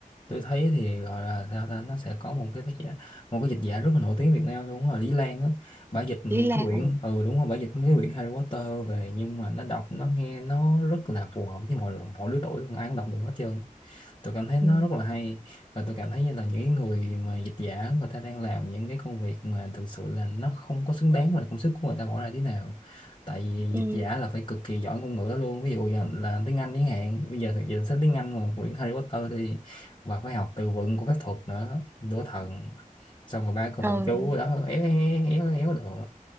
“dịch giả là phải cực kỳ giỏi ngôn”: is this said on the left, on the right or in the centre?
Left